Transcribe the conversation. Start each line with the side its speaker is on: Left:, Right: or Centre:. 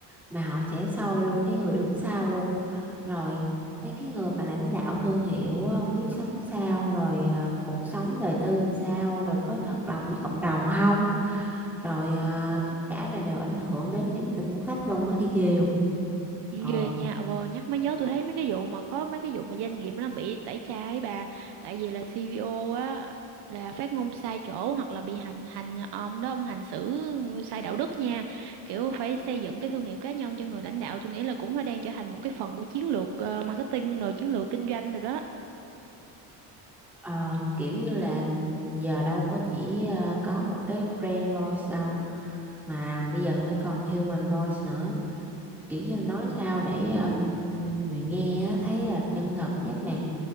Centre: mà họ sẽ soi luôn cái người đứng sau luôn rồi mấy cái người mà lãnh đạo thương hiệu á, không biết sống sao rồi à, cuộc sống đời tư làm sao rồi có thật lòng với cộng đồng không rồi à, tất cả là đều ảnh hưởng đến niềm tin của khách luôn á thì ghê không ờ
Right: ghê nha vừa nhắc mới nhớ tôi thấy mấy cái vụ mà có mấy cái vụ mà doanh nghiệp nó bị tẩy chay bà tại vì là CVO á là phát ngôn sai chỗ hoặc là bị hành hành ông đó ông hành xử sai đạo đức nha kiểu phải xây dựng cái thương hiệu cá nhân cho người lãnh đạo tôi nghĩ là cũng đã đang trở thành một cái phần của chiến lược ờ, marketing rồi chiến lược kinh doanh rồi đó
Centre: Ờ, kiểu như là giờ đâu có chỉ ờ, có một cái brand voice đâu mà bây giờ phải còn human voice nữa kiểu như là nói sao để um, người nghe á, thấy là chân thật nhất nè